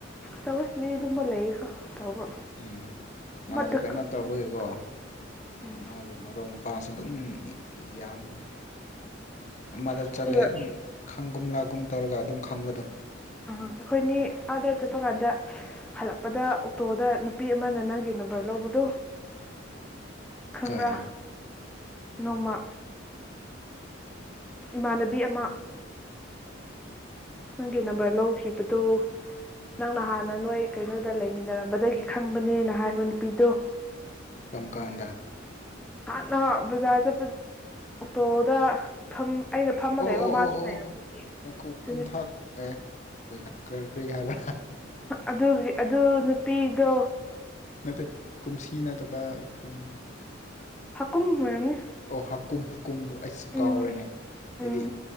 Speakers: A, in the centre; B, on the left.
A: ꯇꯧꯋꯦ ꯃꯤ ꯑꯗꯨꯝꯕ ꯂꯩꯌꯦꯀꯣ ꯇꯧꯕ
B: ꯎꯝ ꯃꯥꯗꯤ
A: ꯑꯃꯗꯀ
B: ꯀꯩꯅꯣ ꯇꯧꯕꯒꯤꯀꯣ
A: ꯑꯃꯗꯀ ꯎꯝ
B: ꯃꯥꯒꯤ ꯃꯔꯨꯝ ꯄꯥꯎꯁꯨ ꯑꯗꯨꯝ ꯌꯥꯝꯌꯥꯝꯕꯅꯦ ꯑꯃꯗ
A: ꯑꯗꯨꯒ
B: ꯆꯠꯂꯦ ꯑꯗꯨꯝ ꯈꯪꯒꯨꯝ ꯂꯥꯛꯒꯨꯝ ꯇꯧꯔꯒ ꯑꯗꯨꯝ ꯈꯪꯕꯗꯣ
A: ꯑ ꯑꯩꯈꯣꯏꯅꯤ ꯑꯥꯗꯔ ꯆꯨꯞꯄ ꯀꯥꯟꯗ ꯍꯜꯂꯛꯄꯗ ꯑꯣꯛꯇꯣꯗ ꯅꯨꯄꯤ ꯑꯃꯅ ꯅꯪꯒꯤ ꯅꯝꯕꯔ ꯂꯧꯕꯗꯣ ꯈꯪꯕ꯭ꯔꯥ
B: ꯀꯥꯏꯗ
A: ꯅꯣꯡꯃ ꯏꯃꯥꯟꯅꯕꯤ ꯑꯃ
B: ꯎꯝ
A: ꯅꯪꯒꯤ ꯅꯝꯕꯔ ꯂꯧꯈꯤꯕꯗꯨ ꯅꯪꯅ ꯍꯥꯟꯅ ꯅꯣꯏ ꯀꯩꯅꯣꯗ ꯂꯩꯃꯤꯟꯅꯔꯝꯕꯗꯒꯤ ꯈꯪꯕꯅꯦꯅ ꯍꯥꯏꯕ ꯅꯨꯄꯤꯗꯣ
B: ꯀꯝ ꯀꯥꯟꯗ
A: ꯍꯥꯟꯅ ꯕꯖꯥꯔ ꯆꯠꯄ ꯑꯣꯛꯇꯣꯗ ꯐ ꯑꯩꯅ ꯐꯝꯃ
B: ꯑꯣ
A: ꯂꯩꯕ
B: ꯑꯣ
A: ꯃꯥꯁꯨ
B: ꯑꯣ
A: ꯂꯩꯔꯝꯕꯒꯤ
B: ꯑꯣ
A: ꯑꯗꯨꯅꯤ
B: ꯀꯨꯝꯊꯥꯛ ꯑꯦ ꯀꯣꯟꯊꯩ ꯍꯛ ꯀꯔꯤ ꯀꯔꯤ ꯍꯥꯏꯕ
A: ꯑꯗꯨꯒꯤ ꯑꯗꯨ ꯅꯨꯄꯤꯗꯣ
B: ꯅꯠꯇꯦ ꯀꯨꯝꯁꯤ ꯅꯥꯠꯗꯕ ꯀꯨꯝ
A: ꯍꯥꯀꯨꯝ ꯑꯣꯏꯔꯝꯅꯤ꯫
B: ꯑꯣ ꯍꯥꯀꯨꯝ ꯍꯥꯀꯨꯝꯗꯣ ꯑꯩꯁꯨ
A: ꯎꯝ
B: ꯀꯥꯎꯔꯦꯅꯦ
A: ꯎꯝ
B: ꯍꯥꯏꯗꯤ